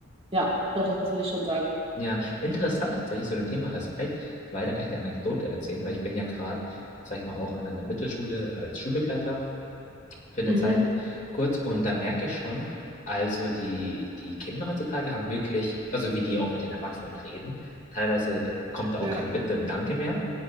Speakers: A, on the right; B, on the left.
A: ja, doch, das würde ich schon sagen.
B: Ja, interessant tatsächlich zu dem Thema Respekt, weil da kann ich dir eine Anekdote erzählen, weil ich bin ja gerade, sag ich mal, auch an einer Mittelschule als Schulbegleiter für eine
A: Mhm.
B: Zeit kurz und da merke ich schon, also die, die Kinder heutzutage haben wirklich, also wie die auch mit den Erwachsenen reden, teilweise kommt da
A: Ja.
B: auch kein Bitte und Danke mehr.